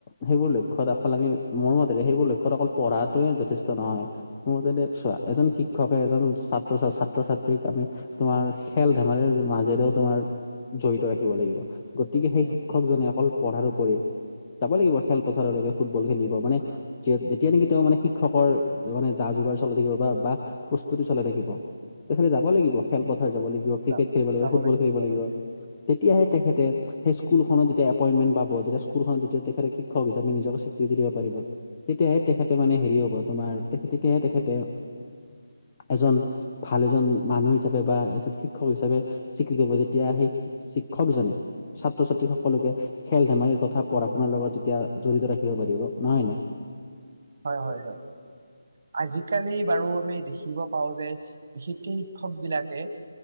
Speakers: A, on the left (about 25°); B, on the right (about 45°).
A: সেইবোৰ লক্ষ্য লক্ষ্যত অকল আমি মোৰ মতেৰে সেইবোৰ লক্ষ্যত অকল পঢ়াতোয়ে যথেষ্ট নহয় মোৰ মতে দে চোৱা এজন শিক্ষক এজন ছাত্ৰ ছাত্ৰীক আমি তোমাৰ খেল ধেমালিৰ মাজেৰেও তোমাৰ জ ৰাখিব লাগিব, গতিকে সেই
B: উম
A: শিক্ষকজনে
B: উম
A: অকল পঢ়াৰ উপৰি যাব লাগিব খেলপথাৰলৈকে ফুটবল খেলিব মানে জে জে তেতিয়া নেকি তেওঁ মানে শিক্ষকৰ মানে যা যোগাৰ চলাই থাকিব বা প্ৰস্তুতি চলাই থাকিব। তেখেতে যাব লাগিব খেলপথাৰ
B: উম
A: যাব লাগিব, ক্ৰিকেট
B: যা
A: খেলিব লাগিব,
B: যাব
A: ফুটবল খেলিব
B: যাব
A: লাগিব। তেতিয়াহে তেখেতে সেই স্কুলখনত যেতিয়া এপইণ্টেণ্ট পাব যেতিয়া স্কুলখনতি তেখতে শিকক হিচাপে নিজক স্বীৃতি দিব পাৰিব। তেতিয়াহে তেখেতে
B: উম উম
A: মানে হেৰি হ'ব তোমাৰ তেখে তেতিয়াহে তেখেতে
B: উম উম
A: এজন ভাল এজন মানুহ হিচাপে বা এজন শিক্ষক হিচাপে স্বীকৃতি দিব যেতিয়া সেই শিক্ষক জনে
B: উম
A: ছাত্ৰ -ছাত্ৰী সকলোকে খেল- ধেমালি তথা পঢ়া -শুনাৰ লগত
B: উম
A: যেতিয়া জড়িত ৰাখ থাকিব পাৰিব নহয় নে?
B: হয় হয় হয় আজিকালি বাৰু। আমি দেখিব পাওঁ যে বিশেষকে শিক্ষক বিলাকে